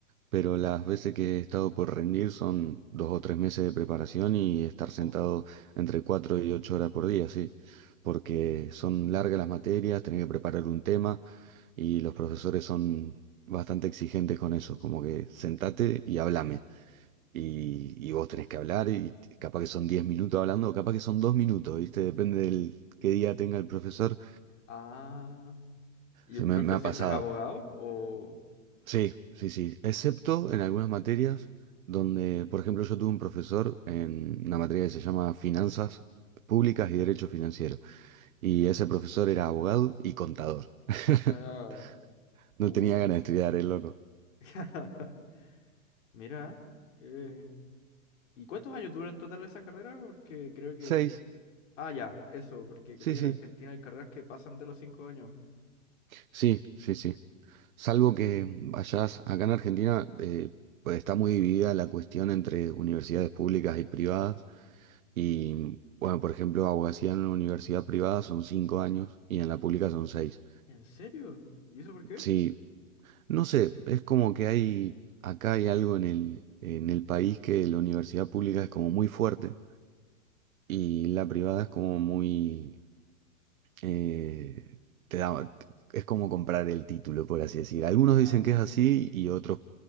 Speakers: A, on the right; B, on the left.
A: pero las veces que he estado por rendir son dos o tres meses de preparación y estar sentado
B: Jo.
A: entre cuatro y ocho horas por día, sí, porque son largas las materias, tenés que preparar un tema y los profesores son bastante exigentes con eso, como que sentate y hablame. Y, y vos tenés que hablar y capaz que son 10 minutos hablando, o capaz que son dos minutos, ¿viste? Depende del qué día tenga el profesor.
B: Ah, ¿y
A: Se
B: el
A: me,
B: profe
A: me ha
B: siempre
A: pasado.
B: es abogado? O...
A: Sí, sí, sí. Excepto en algunas materias donde, por ejemplo, yo tuve un profesor en una materia que se llama Finanzas Públicas y Derecho Financiero. Y ese profesor era abogado y contador. <laughs>
B: Ah,
A: No
B: uh.
A: tenía ganas de estudiar, el loco.
B: <laughs> Mira, qué, ¿Y cuántos años dura en total esa carrera? Porque creo que
A: Seis.
B: de... Ah, ya, eso, porque
A: Sí,
B: creo que
A: sí.
B: en Argentina hay carreras que pasan de los cinco años.
A: Sí, sí, sí. Salvo que vayas acá en Argentina, eh, pues está muy dividida la cuestión entre universidades públicas y privadas. Y bueno, por ejemplo, abogacía en una universidad privada son cinco años y en la pública son seis.
B: ¿En serio? ¿Y eso por qué?
A: Sí, no sé, es como que hay, acá hay algo en el, en el país que la universidad pública es como muy fuerte y la privada es como muy, eh, te da, es como comprar el título, por así decir. Algunos
B: Ah,
A: dicen que es así y otros,